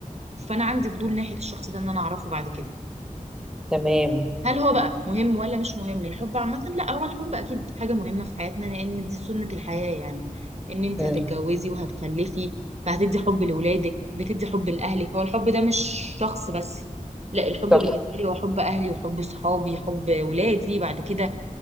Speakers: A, on the right; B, in the centre.
A: فانا عندي فضول ناحيه الشخص ده ان انا اعرفه بعد كده
B: تمام
A: هل هو بقى مهم ولا مش مهم الحب عامة لا هو الحب اكيد حاجة مهمة في حياتنا لان دي سنة الحياة يعني ان انت
B: مم.
A: هتتجوزي وهتخلفي فهتدي حب لولادك بتدي حب لاهلك هو الحب ده مش شخص بس لا الحب
B: صح
A: بالنسبة لي هو حب اهلي وحب صحابي حب ولادي بعد كده